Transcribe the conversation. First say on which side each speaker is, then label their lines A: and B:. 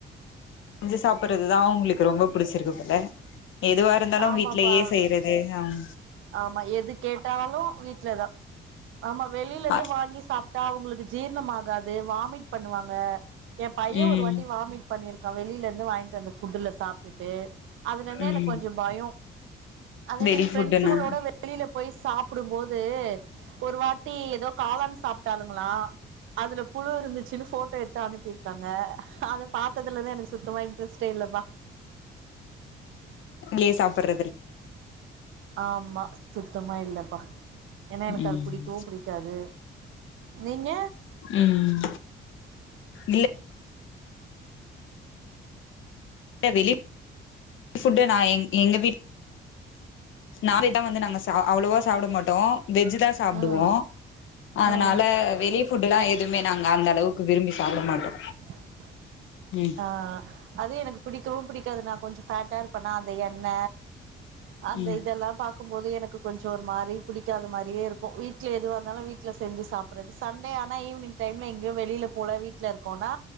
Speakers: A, on the left (about 80°); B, on the right (about 85°).
A: செஞ்சு சாப்புறதுதா அவுங்ளுகு ரொம்ப பிடிசுருகு போல எதுவா இருந்தாலு
B: ஆமாப்பா
A: வீட்லயே செய்றது அஹ்
B: ஆமா எது கேட்டாலு வீட்லதா ஆமா வெளிலந்து
A: அ
B: வாங்கி சாப்டா அவுங்குளுகா ஜீர்ணம் ஆகாது வாமிட் பண்ணுவாங்க எ பைய
A: ம்
B: ஒரு வாட்டி வாமிட் பண்ணிருகா வெளிலந்து வாங்கிட்டு வந்த ஃபுட்டுல சாப்டுடு அதலந்தே
A: ம்
B: எனக் கொஞ்சொ பயோ அதே
A: வெளி
B: மாரி ஃப்ரெண்ட்ஸ்
A: ஃபுட்டுனா
B: பிரண்ட்ஸ்ங்களோட வெளில போய் சாப்டும் போது ஒரு வாட்டி ஏதோ காளான் சாப்டாலுங்களா அதுல புழு இருந்துச்சுனு போட்டோ எடுத்து அனுபிர்காங்க அத பாத்ததுல இருந்து எனக்கு சுத்தமா இன்ட்ரெஸ்ட்டே இல்லப்பா
A: நீயா சாப்புட்ற
B: ஆமா சுத்தமா இல்லப்பா ஏனா எனக்கு
A: ம்
B: அது புடிக்கவு புடிக்காது நீங்க
A: ம் இல்ல வெளி ஃபுட்ட நா எங்க வீட் <unintelligible> வந்து நாங்க அவ்ளோவா சாப்ட மாட்டோ வெஜ்தா சாப்டுவோ
B: ம்
A: அதனால
B: ம்
A: வெளி ஃபுட்லா இல்ல நாங்க அந்தளவுக்கு விரும்பி சாப்ட மாட்டோ
B: <inaudible>
A: ம்
B: ஆஹ் அது எனக் பிடிக்கவு பிடிக்காது நா கொஞ்சொ சாப்ட் கால் பண்ணா அது என்ன
A: ம்
B: அந்த இதெல்லா பாக் இருக்கு போது எனக்கு கொஞ்ச ஒரு மாரி புடிக்காத மாரியே இருக்கு, வீட்ல எதுவா இருந்தாலு வீட்ல செஞ்சு சாப்டுறது. சண்டே ஆனா ஈவினிங் டைம்ல எங்யு வெளில போல வீட்ல இருக்கோனா